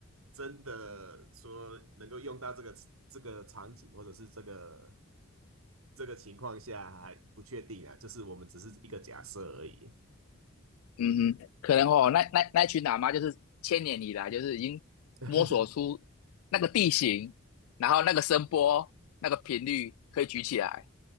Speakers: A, on the right; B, on the left.
A: 真的说能够用到这个这个场景或者是这个？这个情况下还不确定啊，就是我们只是一个假设而已。
B: 嗯哼，可能哦，那那那群喇嘛就是千年以来就是已经摸索出那个地形，
A: <laughs>
B: 然后那个声波、那个频率可以举起来，